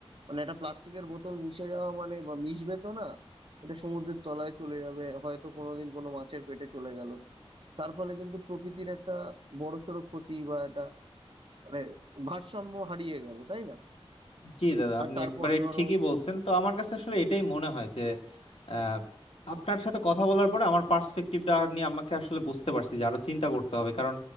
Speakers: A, on the right; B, on the left.
A: মানে একটা প্লাস্টিকের বোতল মিশে যাওয়া মানে বা মিশবে তো না এটা সমুদ্রের তলায় চলে যাবে হয়তো কোনোদিন কোনো মাছের পেটে চলে গেল তার ফলে কিন্তু প্রকৃতির একটা বড়সড় ক্ষতি বা একটা মানে ভারসাম্য হারিয়ে গেল তাই না
B: জি দাদা
A: আর
B: আপনি
A: তারপরে
B: একবারে
A: ধরো
B: ঠিকই বলছেন তো আমার কাছে আসলে এটাই মনে হয় যে আহ, আপনার সাথে কথা বলার পরে আমার পার্সপেক্টিভটা নিয়ে আমাকে আসলে বুঝতে পারছি যে আরো চিন্তা করতে হবে কারণ